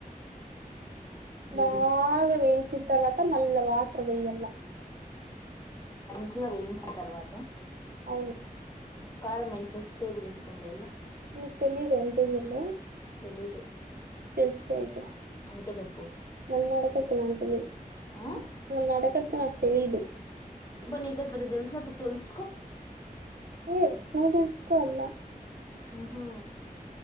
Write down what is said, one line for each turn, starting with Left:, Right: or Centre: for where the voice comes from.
Left: ఇది
Right: బాగా వేయించిన తర్వాత మళ్ళ వాటర్ వెయ్యలా
Left: మచ్చగా వేయించిన తర్వాత
Right: అవును
Left: కారం ఎ టేబుల్ స్పూన్లు వెయ్యాల
Right: మీకు తెలిదు ఎంత వెయ్యల్లో
Left: తెలీదు
Right: తెలుసుకో అయితే
Left: అందుకే చెప్పు
Right: నన్న అడకత్ నా తెలిదు
Left: ఆ
Right: నన్న అడకత్ నాకు తెలిదు
Left: ఇప్పుడు నీకు పెద్ద థెలిసి నట్టు థెలుసు
Right: ఏ స్ నువ్వు తెలుసుకోవాల
Left: ఉహు.